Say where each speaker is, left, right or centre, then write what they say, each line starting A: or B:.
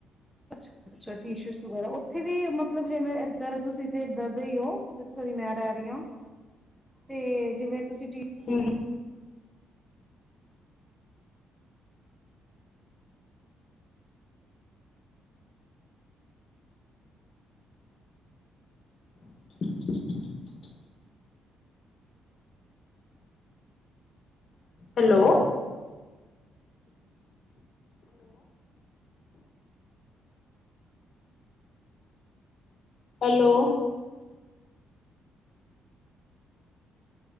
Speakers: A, in the centre; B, on the left.
A: ਅੱਛਾ ਟੀ ਸ਼ਰਟਸ ਵਗੈਰਾ ਓ ਥੇ ਵੀ ਮਤਲਬ ਜਿਵੇਂ <unintelligible> ਤੁਸੀਂ ਤੇ ਇੱਧਰ ਦੇ ਹੀ ਹੋ ਜਿੱਥੋਂ ਦੀ ਮੈਂ ਰਹਿ ਰਹੀ ਆ ਤੇ ਜਿਵੇਂ ਤੁਸੀਂ
B: ਹੂੰ <inaudible> ਹੈਲੋ-ਹੈਲੋ। Hello